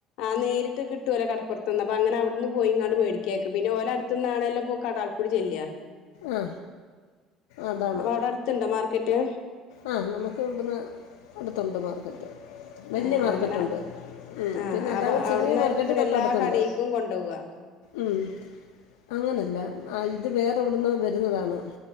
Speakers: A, on the left; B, on the left.
A: ആ നേരി കിട്ടുവല്ലോ കടപ്പുറത്ത്നിന്ന് അങ്ങനെ അവിടുന്ന് പോയി എങ്ങാനുംമേടിക്കിയ രിക്കും പിന്നെ ഓല അടുത്തന്നാണെല്ല ഇ കടൽ കൂടി ചെല്ല.
B: ആ അതാണ്!
A: അപ്പൊ അവിടെ അടുത്തുണ്ടോ മാർക്കറ്റ്
B: ആ! നമ്മക്ക് ഇവിടുന്ന്! അടുത്തുണ്ട് മാർക്കറ്റ്. വലിയ
A: ആ
B: മാർക്കറ്റുണ്ട്.
A: അങ്ങനെ ആ
B: പിന്നെ അല്ലാതെ
A: അപ്പൊ
B: ചെറിയ
A: അവിടന്നായിരിക്കും
B: മാർക്കറ്റ്
A: പിന്നെ
B: തൊട്ടടുത്തുണ്ട്
A: എല്ലാ കടക്കും കൊണ്ട പോവാ!
B: ഉം. അങ്ങനല്ല! ഇതെവിടുന്നോ വരുന്നതാണ്!